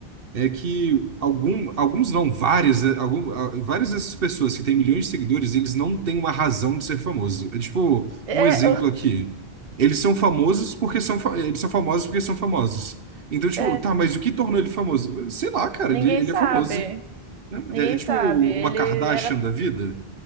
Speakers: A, on the right; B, on the right.
A: é que algum, alguns não, várias, é, algum, a- várias dessas pessoas que têm milhões de seguidores, eles não têm uma razão de ser famoso. É tipo,
B: É,
A: um exemplo aqui. Eles são famosos porque são, fa- eles são famosos porque são famosos. Então,
B: <laughs>
A: tipo,
B: é,
A: tá, mas o que tornou ele famoso? Sei lá, cara,
B: ninguém
A: ele, ele
B: sabe.
A: é famoso.
B: Ninguém
A: É, é tipo
B: sabe. Ele
A: uma Kardashian
B: era
A: da vida?